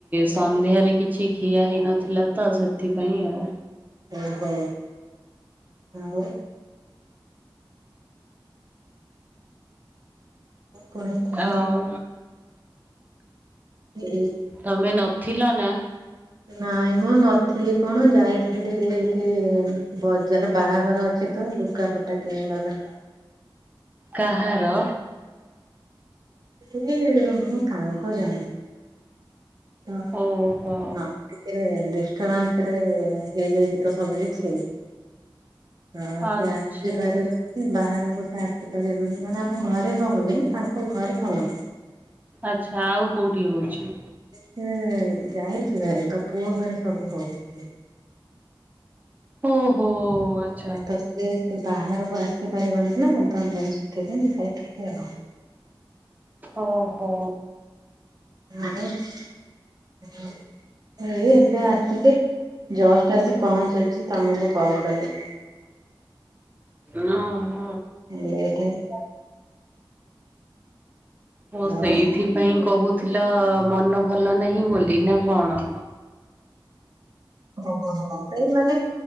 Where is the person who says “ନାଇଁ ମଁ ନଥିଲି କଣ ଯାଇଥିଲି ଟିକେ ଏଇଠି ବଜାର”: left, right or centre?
Right